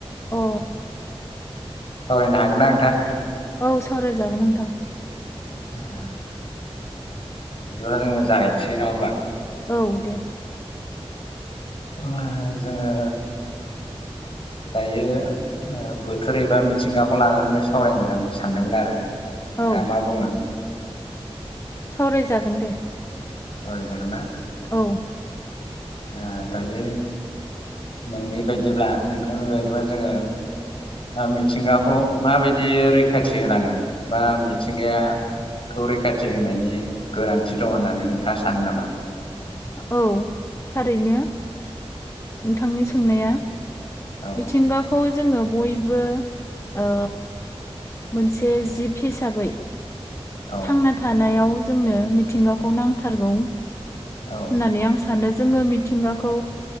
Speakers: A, on the left (about 25°); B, on the left (about 55°).
A: अ
B: सावरायनो हागोनना नोंथां
A: औ सावरायजागोन नोंथां
B: ए बिदिब्ला जोङो जागायनोसै नङा होमबा
A: औ दे
B: ओमो जोङो दायो ओ बोथोर एबा मिथिंगाखौ लानानैनो सावरायनो आङो सानदोंमोन आरो
A: औ
B: दा मा बुङो
A: सावरायजागोन दे
B: सावराय जागोनना
A: औ
B: ओ दायो नोंनि बायदिब्ला नोंथांनि बायदिब्ला जोङो ओ मिथिंगाखौ माबायदि रैखाथि होनांगोन बा मिथिंगाया खौ रैखाथि होनायनि गोनांथि दं होननानै नोंथाङा सानो नामा?
A: औ थारैनो नोंथांनि सोंनाया
B: औ
A: मिथिंगाखौ जोङो बयबो ओ मोनसे जिब हिसाबै
B: औ
A: थांना थानायाव जोंनो मिथिंगाखौ नांथारगौ
B: औ
A: होननानै आं सानो जोङो मिथिंगाखौ